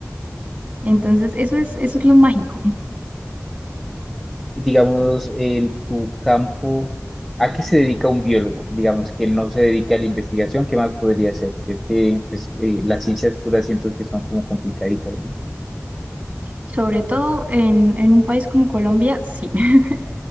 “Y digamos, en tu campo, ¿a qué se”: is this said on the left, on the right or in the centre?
Centre